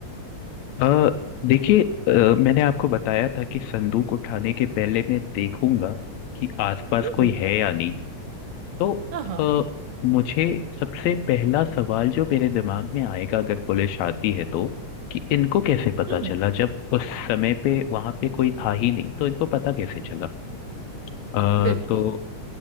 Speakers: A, on the left; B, on the right.
A: अ, देखिए अ, मैंने आपको बताया था कि संदूक उठाने के पहले मैं देखूंगा कि आसपास
B: हम्म
A: कोई है या नहीं तो
B: हाँ हाँ
A: अ, मुझे सबसे पहला सवाल जो मेरे दिमाग में आएगा अगर पुलिस आती है तो कि इनको कैसे पता
B: हम्म
A: चला जब उस समय पे वहां पे कोई था ही नहीं तो इनको पता कैसे चला अ,
B: बिल्कुल
A: तो